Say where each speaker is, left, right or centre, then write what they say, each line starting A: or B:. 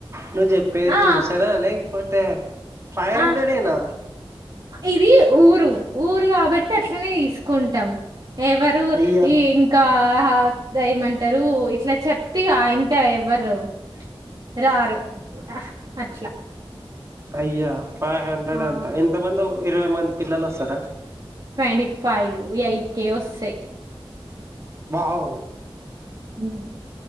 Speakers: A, on the right (about 30°); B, on the right (about 45°).
A: నువ్వు చెప్పేది
B: ఆ
A: టూషనా లేకపోతే ఫైవ్ హండ్రెడేనా
B: ఆ ఇది ఊరు ఊరు కాబట్టి అట్లనే తీసుకుంటాం ఎవరు
A: అయ్యా
B: ఈ ఇంకా ఏం మంటారు ఇట్లా చెప్తే ఆ ఇంత ఎవ్వరు రారు అట్లా
A: అయ్యా ఫైవ్ హండ్రెడ్
B: ఆ
A: అంట ఎంతమంది ఇరవై మంది పిల్లలు వస్తారా
B: ట్వంటీ ఫైవ్ ఎయిట్ కే వస్తాయి
A: వావ్
B: ఉ